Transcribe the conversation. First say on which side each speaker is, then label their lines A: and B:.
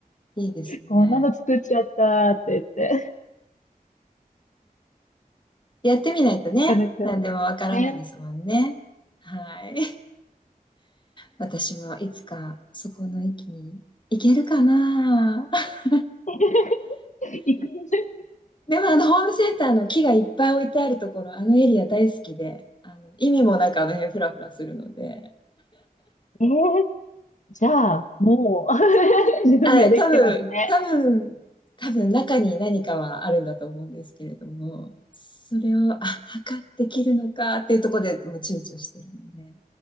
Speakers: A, on the left; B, on the left.
A: ん。いいですね。
B: こんなの作っちゃったって言って、
A: やってみないとね、
B: なかなか
A: 何でもわからないですもんね。
B: ね。
A: はい。私はいつかそこの域に行けるかな。<laughs>
B: <laughs> 行く。<laughs>
A: でもあのホームセンターの木がいっぱい置いてあるところ、あのエリア大好きで、あの意味もなくあの辺フラフラするので、
B: えー、じゃあ、もう <laughs> 準備はできてますね。
A: あ、多分、多分、多分中に何かはあるんだと思うんですけれども、それを、あ、測って切るのかっていうところでもう躊躇してるので、